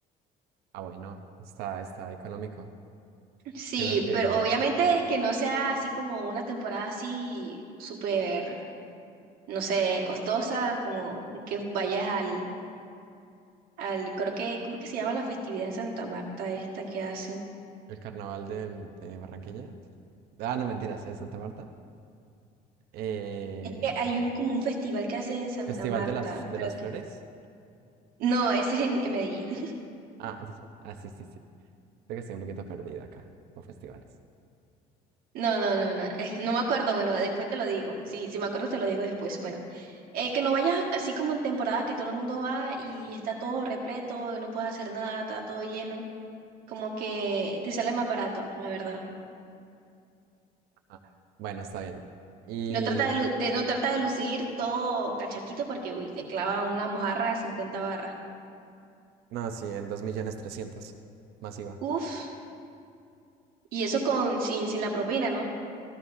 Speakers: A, on the right; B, on the right.
A: Ah, bueno, está, está económico.
B: Sí,
A: Creo que
B: pero obviamente que no sea así como una temporada así súper no sé, costosa, como que vayas al, al, creo que, ¿cómo es que se llama la festividad en Santa Marta esta que hacen?
A: El carnaval del- de Barranquilla. Ah, no, mentiras, es Santa Marta. Eh,
B: Es que hay un, como un festival que hacen en Santa
A: Festival
B: Marta,
A: de las, de
B: pero
A: las
B: que,
A: Flores.
B: no, ese es en, en Medellín. <laughs>
A: Ah, <laughs> ah, sí, sí, sí. Creo que estoy un poquito perdido acá con festivales.
B: No, no, no, no, eh, no me acuerdo, bueno, después te lo digo, sí, si me acuerdo te lo digo después, bueno. Eh, que no vayas así como en temporada que todo el mundo va y está todo repleto, no puedes hacer nada, está todo lleno, como que te sale más barato, la verdad.
A: Ajá. Bueno, está bien. Y
B: No trata de, lu- de- no trata de lucir todo cachaquito porque, uy, te clava una mojarra de 50 barras.
A: no, sí, en dos millones trescientos masiva.
B: Uf, y eso con, sin, sin la propina, ¿no?